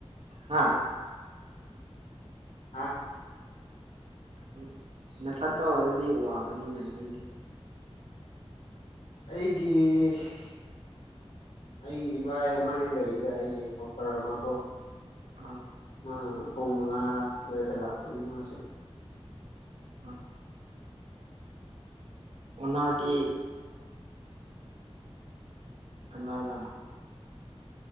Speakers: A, on the right; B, on the left.
A: ꯍꯥꯥ
B: ꯑꯥ
A: ꯎꯝ ꯃꯊꯟꯇ ꯑꯣꯏꯔꯗꯤ ꯋꯥꯒꯅꯤꯅꯦ ꯑꯗꯨꯗꯤ
B: ꯑꯩꯒꯤ ꯑꯩꯒꯤ ꯏꯕꯥꯏ ꯑꯃ ꯂꯩꯏꯗ ꯑꯩꯒꯤ ꯑꯣꯐꯔ ꯑꯃ ꯀꯣ
A: ꯑꯥ
B: ꯃꯥ ꯄꯨꯡ ꯃꯉꯥ ꯑꯗꯨꯋꯥꯏꯗ ꯂꯥꯛꯀꯅꯤ ꯃꯥꯁꯦ
A: ꯎꯝ ꯑꯣꯒꯤ ꯀꯅꯥꯔꯥ